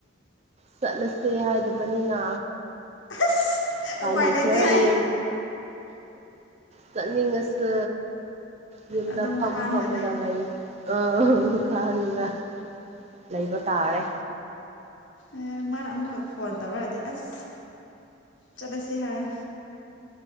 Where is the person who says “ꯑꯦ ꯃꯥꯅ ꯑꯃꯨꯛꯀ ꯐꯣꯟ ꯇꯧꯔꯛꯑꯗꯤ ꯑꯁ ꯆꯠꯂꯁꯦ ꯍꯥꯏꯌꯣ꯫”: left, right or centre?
Left